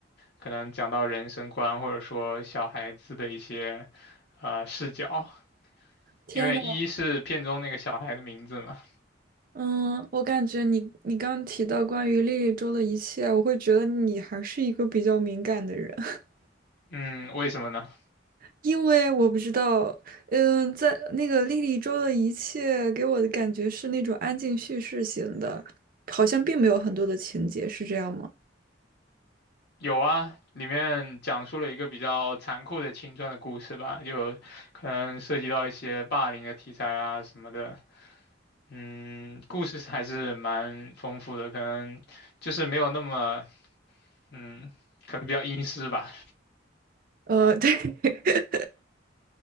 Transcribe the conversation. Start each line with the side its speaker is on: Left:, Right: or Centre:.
Left: 可能讲到人生观，或者说小孩子的一些呃视角。
Right: 天呐！
Left: 因为一是片中那个小孩的名字嘛，
Right: 嗯，我感觉你你刚刚提到关于莉莉周的一切，我会觉得你还是一个比较敏感的人，<laughs>
Left: 嗯，为什么呢？
Right: 因为我不知道，嗯，在那个莉莉周的一切给我的感觉是那种安静叙事型的，好像并没有很多的情节，是这样吗？
Left: 有啊，里面讲述了一个比较残酷的青春的故事吧，就可能涉及到一些霸凌的题材啊什么的。嗯，故事还是蛮丰富的，可能就是没有那么，嗯，可能比较阴湿吧。
Right: 呃，对 <laughs>